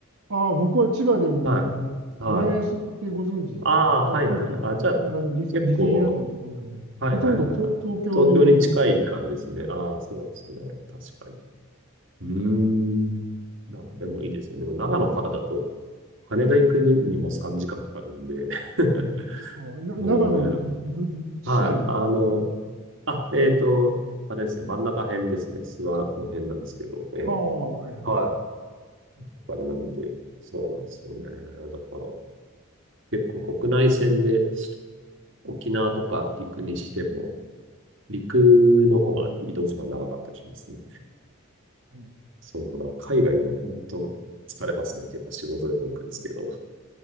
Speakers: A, on the right (about 80°); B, on the right (about 60°).
A: ああ、僕は千葉でも、
B: は
A: あの、
B: い。はい。
A: 浦安ってご存知ですかね。
B: ああ、
A: まあ、
B: はいはい。
A: さっき、
B: あ、じゃあ、
A: あの、ディディズニーランドのところなんで、
B: 結構はいはいはいはい。
A: ほとんど東東京寄りなんですよ。
B: 東京に近い感じですね。ああ、そうですね。確かに。うーん。まあ、でもいいですね。でも長野からだと、羽田行くにも3時間かんかかるんで。<laughs>
A: ああ、な、
B: もうね、
A: 長野のど、ど、市内なんですか
B: はい。あの、あ、えっと、あれですね。真ん中辺ですね。諏訪の辺なんですけど。ええ
A: ああ、はいはい。
B: はい。だからなんで、そうなんですよね。だから、結構国内線で沖縄とか行くにしても、陸の方が移動時間長かったりしますね。
A: うん、
B: そうだ、海外は本当疲れますね。結構仕事でも行くんですけど。